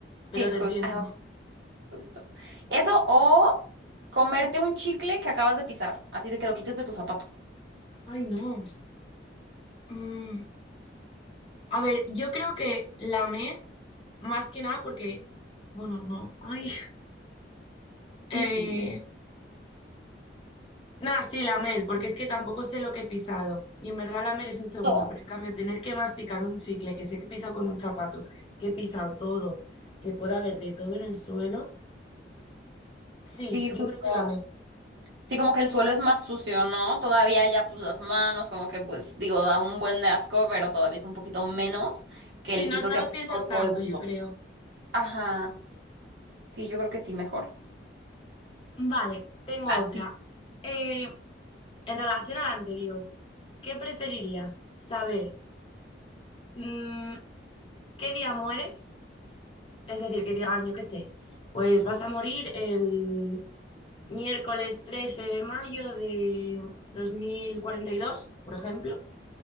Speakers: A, on the left (about 30°); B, on the right (about 65°).
A: pero
B: Hijos,
A: te entiendo.
B: Justo. Eso o comerte un chicle que acabas de pisar, así de que lo quites de tu zapato.
A: Ay, no. Mm. A ver, yo creo que la mer, más que nada porque, bueno, no, ay, eh,
B: Sí, sí, sí.
A: nada, sí, la porque es que tampoco sé lo que he pisado. Y en verdad la es un segundo,
B: justo.
A: pero en cambio tener que masticar un chicle que sé que he pisado con un zapato, que he pisado todo, que pueda haber de todo en el suelo, sí,
B: Sí,
A: yo
B: justo.
A: creo que la
B: Sí, como que el suelo es más sucio, ¿no? Todavía ya pues las manos, como que pues digo, da un buen de asco, pero todavía es un poquito menos que
A: Sí,
B: el
A: no,
B: piso
A: no
B: que
A: lo
B: ha pisado
A: piensas
B: todo
A: tanto,
B: el mundo.
A: yo creo.
B: Ajá. Sí, yo creo que sí, mejor.
A: Vale, tengo
B: Así.
A: otra. Eh, en relación a la anterior, ¿qué preferirías? ¿Saber mm, qué día mueres? Es decir, que digan, yo qué sé, pues vas a morir el miércoles 13 de mayo de 2042 por ejemplo,